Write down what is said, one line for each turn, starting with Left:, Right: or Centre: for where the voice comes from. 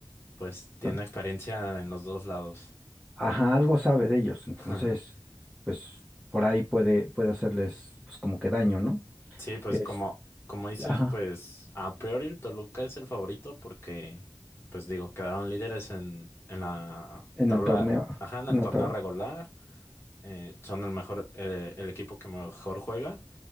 Left: Pues tiene
Centre: ton-
Left: experiencia en los dos lados.
Centre: ajá, algo sabe de ellos. Entonces,
Left: <laughs>
Centre: pues por ahí puede, puede hacerles pues como que daño, ¿no?
Left: Sí, pues
Centre: Este,
Left: como, como dices,
Centre: ajá,
Left: pues a priori el Toluca es el favorito porque, pues digo, quedaron líderes en, en la
Centre: en
Left: tabla,
Centre: el torneo,
Left: ajá, en el
Centre: en la
Left: torneo
Centre: tabla,
Left: regular, eh, son el mejor, el, el equipo que mejor juega